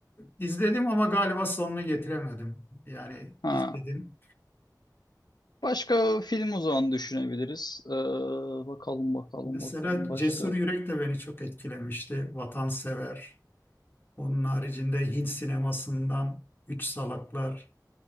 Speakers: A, on the left (about 30°); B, on the left (about 70°).
A: izledim ama galiba sonunu getiremedim. Yani
B: Ha.
A: izledim.
B: Başka film o zaman düşünebiliriz. Ee, bakalım bakalım
A: Mesela
B: bakalım başka.
A: Cesur Yürek de beni çok etkilemişti. Vatansever. Onun haricinde Hint sinemasından Üç Salaklar.